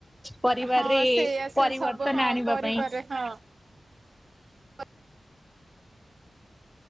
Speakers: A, in the centre; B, on the right.
A: ପରିବାରରେ
B: ହଁ ସେଇଆ ସେ
A: ପରିବର୍ତ୍ତନ
B: ସବୁ ହଁ
A: ଆଣିବା
B: ପରିବାରେ
A: ପାଇଁ
B: ହଁ। <inaudible>